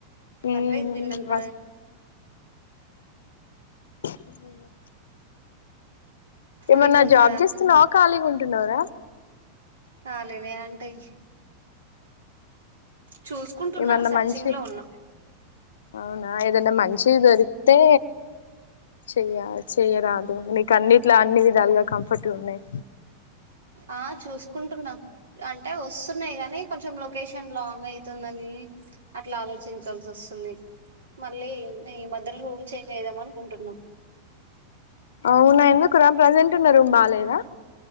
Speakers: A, on the left (about 60°); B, on the right (about 65°).
A: ఉమ్
B: పర్వేదు విన్నంత
A: మస్త్ అ ఏమన్నా
B: విన్నంత
A: జాబ్ చేస్తున్నావు ఖాళీగా ఉంటున్నావర
B: కాలేనే అంటయి చూసుకుంటున్నా
A: ఏమన్నా
B: సర్చింగ్
A: మంచి
B: లో ఉన్నా
A: అవునా ఏదన్నా మంచి దొరికితే చేయాల్ చెయరాదు నీకు అన్నిట్లా అన్ని విధాలుగా కంఫర్ట్ ఉన్నాయి
B: ఆ చూసుకుంటున్నా అంట్ ఎ వస్తున్నాయి కానీ కొంచెం లోకేషన్ షన్ లాంగ్ అయితుందని అట్లా ఆలోచించాల్సి వస్తుంది మళ్ళీ న ఈ మధ్యలో రూమ్ చేంజ్ అయిదాం అనుకుంటున్నం
A: అవునా ఎందుకు రా ప్రజెంట్ ఉన్నా బాలేదా